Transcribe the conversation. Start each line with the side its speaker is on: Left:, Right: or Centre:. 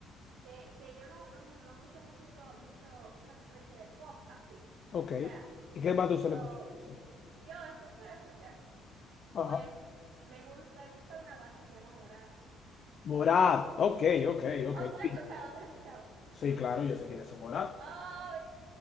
Right: que, que yo no, no, no escucho mucho, co- mucho esa cosa de que de pop, así.
Left: Ok.
Right: O sea,
Left: ¿Y qué más tú se
Right: so,
Left: le escuchas? Sí.
Right: yo escuchar, escuchar,
Left: Ajá.
Right: pues me, gun- me gusta una banda que se llama Morat.
Left: Morat, ok, ok, ok.
Right: Oh, ¿tú la
Left: Sí,
Right: has escuchado? ¿Tú la has escuchado?
Left: sí, claro, yo sé quién es Morat.
Right: Oh,